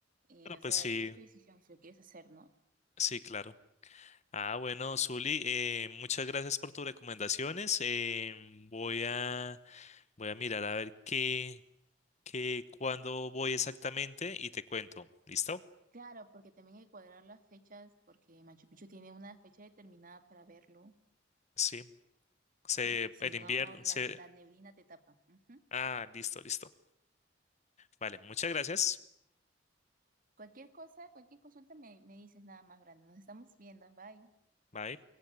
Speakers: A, on the right; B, on the left.
A: eh,
B: Bueno,
A: o
B: pues
A: sea,
B: sí,
A: es tu decisión si lo quieres hacer, ¿no?
B: sí, claro. Ah, bueno, Zuli, eh, muchas gracias por tus recomendaciones. Em, voy a, voy a mirar a ver qué, qué, cuándo voy exactamente y te cuento. ¿Listo?
A: Claro, porque también hay que cuadrar las fechas, porque Machu Picchu tiene una fecha determinada para verlo.
B: Sí. Se,
A: Sí, si
B: el
A: no,
B: invierno,
A: la,
B: se,
A: la neblina te tapa. Ujú.
B: ah, listo, listo. Vale, muchas gracias.
A: Cualquier cosa, cualquier consulta me, me dices nada más, Brandon. Nos estamos viendo. Bye.
B: Bye.